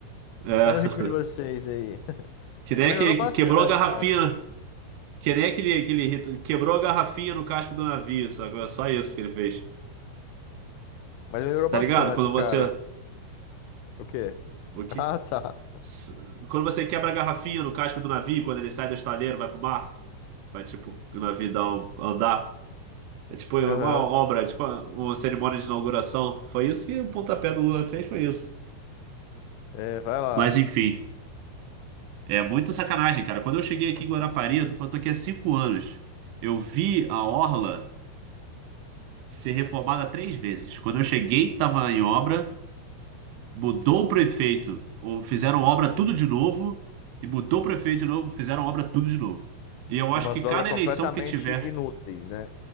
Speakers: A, on the right; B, on the left.
A: é, é.
B: Vai no ritmo de vocês
A: <laughs>
B: aí. <laughs>
A: Que nem
B: Mas melhorou
A: aquele
B: bastante,
A: que quebrou a garrafinha,
B: cara.
A: né? que nem aquele, aquele rito, quebrou a garrafinha no casco do navio, sabe? É Só isso que ele fez.
B: Mas melhorou bastante,
A: Tá ligado? Quando
B: cara.
A: você.
B: O quê? <laughs>
A: O quê?
B: Ah, tá.
A: S- Quando você quebra a garrafinha no casco do navio, quando ele sai do estaleiro, vai pro mar, vai tipo, o navio dá um, andar. É tipo uma
B: Aham.
A: obra, tipo uma cerimônia de inauguração. Foi isso que o pontapé do Lula fez, foi isso.
B: É, vai lá.
A: Mas enfim. É muita sacanagem, cara. Quando eu cheguei aqui em Guarapari, eu tô falando, tô aqui há cinco anos. Eu vi a orla ser reformada três vezes. Quando eu cheguei, tava em obra, mudou o prefeito, ou fizeram obra tudo de novo, e mudou o prefeito de novo, fizeram obra tudo de novo. E eu
B: E
A: acho
B: umas
A: que cada
B: obras completamente
A: eleição que tiver,
B: inúteis, né?